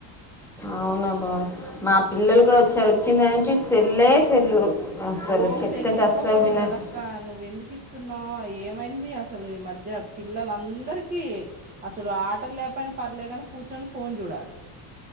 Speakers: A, in the centre; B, on the right.
A: అవున. మా పిల్లలు కూడా వచ్చారు వచ్చిందా. వచ్చి సెల్ లే సెల్లు. అస్సలు
B: ఓ
A: చెప్తుంటే
B: సెల్ ఇవ్వకూడదు
A: అస్సలు వినట్లే
B: కదా అక్క నువ్వు ఎందుకు ఇస్త. తుస్తున్నాం ఏమైంది అసలు ఈ మధ్య పిల్లలందరికీ అసలు ఆటలు లేపోయినా పర్లే కాని కూర్చొని ఫోన్ చూడాలి.